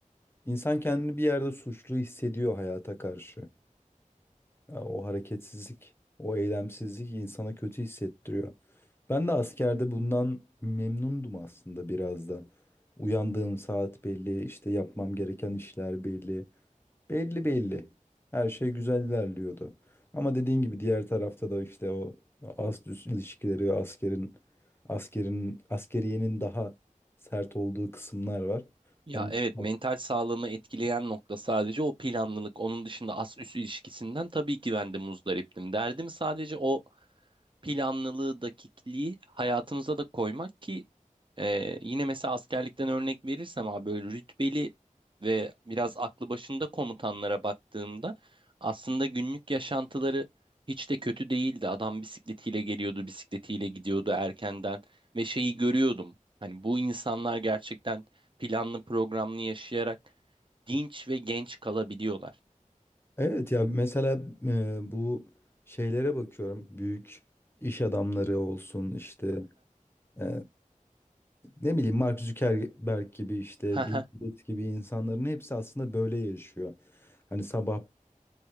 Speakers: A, on the left (about 15°); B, on the right (about 35°).
A: insan kendini bir yerde suçlu hissediyor hayata karşı. Ya o hareketsizlik, o eylemsizlik insana kötü hissettiriyor. Ben de askerde bundan memnundum aslında biraz da. Uyandığım saat belli, işte yapmam gereken işler belli. Belli belli. Her şey güzel ilerliyordu. Ama dediğin gibi diğer tarafta da işte o ast üst ilişkileri, askerin askerin askeriyenin daha sert olduğu kısımlar var.
B: Ya
A: Onu
B: evet
A: <laughs>
B: mental sağlığımı etkileyen nokta sadece o planlılık. Onun dışında az üst ilişkisinden tabii ki ben de muzdariptim. Derdim sadece o planlılığı, dakikliği hayatımıza da koymak ki e, yine mesela askerlikten örnek verirsem abi böyle rütbeli ve biraz aklı başında komutanlara baktığımda aslında günlük yaşantıları hiç de kötü değildi. Adam bisikletiyle geliyordu, bisikletiyle gidiyordu erkenden ve şeyi görüyordum. Hani bu insanlar gerçekten planlı programlı yaşayarak dinç ve genç kalabiliyorlar.
A: Evet ya mesela e, bu şeylere bakıyorum. Büyük iş adamları olsun işte e, ne bileyim Mark Zuckerberg gibi işte
B: <laughs>
A: Bill Gates gibi insanların hepsi aslında böyle yaşıyor. Hani sabah